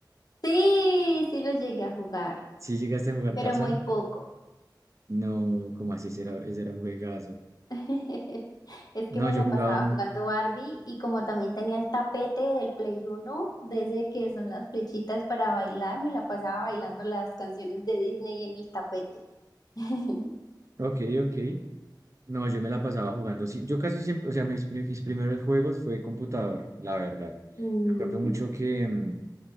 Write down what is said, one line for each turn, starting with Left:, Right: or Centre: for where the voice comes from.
Left: Sí, sí lo llegué a jugar,
Right: Si llegaste a jugar
Left: pero
Right: Tarzán?
Left: muy poco.
Right: No, como así? Ese era, ese era un juegazo.
Left: <laughs> Es
Right: No,
Left: que me
Right: yo
Left: la
Right: jugaba...
Left: pasaba
Right: mu-
Left: jugando Barbie y como también tenía el tapete del Play Uno, desde que son las flechitas para bailar, me la pasaba bailando las canciones de Disney en el tapete. <laughs>
Right: Ok, ok. No, yo me la pasaba jugando. Sí, yo casi siempre, o sea, mis, pri- mis primeros juegos fue computador, la verdad.
Left: Mm,
Right: Me acuerdo mucho que, mm,